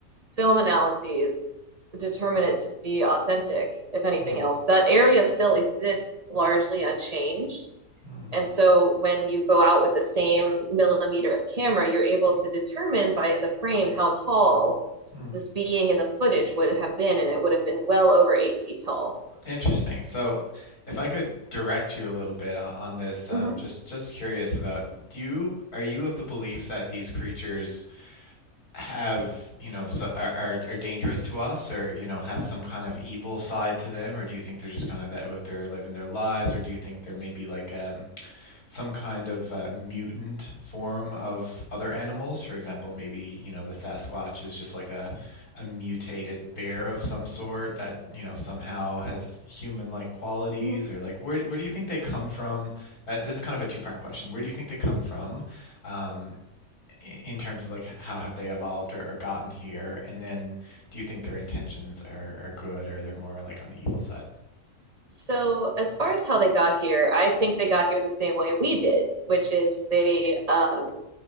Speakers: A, on the right; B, on the left.
A: film analyses determine it to be authentic, if anything
B: Hmm.
A: else. That area still exists largely unchanged.
B: Hmm.
A: And so when you go out with the same millimeter of camera, you're able to determine via the frame how tall
B: Hmm.
A: this being in the footage would have been, and it would have been well over eight feet tall.
B: Interesting. So, if I could direct you a little bit on, on this, um,
A: Mm-hmm.
B: just just curious about, do you are you of the belief that these creatures have, you know, so, are, are are dangerous to us, or you know, have some kind of evil side to them, or do you think they're just kind of out there living their lives, or do you think they're maybe like um, some kind of uh, mutant form of other animals. For example, maybe, you know, the Sasquatch is just like a, a mutated bear of some sort that, you know, somehow has human-like qualities
A: Mm-hmm.
B: or like where where do you think they come from? That this kind of a two-part question. Where do you think they come from? Um, i- in terms of like how have they evolved or, or gotten here? And then do you think their intentions are, are good or they're more like on the evil side?
A: So, as far as how they got here, I think they got here the same way we did, which is they um,